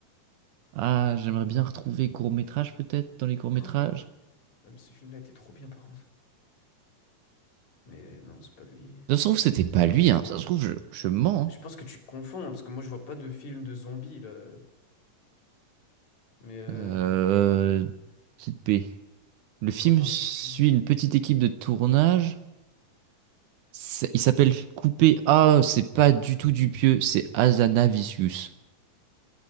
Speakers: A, on the right; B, on the left.
A: Ah, j'aimerais bien retrouver court-métrage peut-être dans les
B: <gasps>
A: courts-métrages.
B: Ouais, mais ce film-là était trop bien, par contre. Mais non, c'est pas lui.
A: Ça se trouve, c'était pas lui, hein. Ça se trouve, je, je mens.
B: Mais je
A: hein.
B: pense que tu confonds, hein, parce que moi, je vois pas de film de zombies, là. Mais euh,
A: Euh, petite paix. Le film
B: Quentin
A: suit
B: Dupieux.
A: une petite équipe de tournage. C'est- Il s'appelle Coupé. Ah, c'est pas du tout Dupieux, c'est Azanavicius.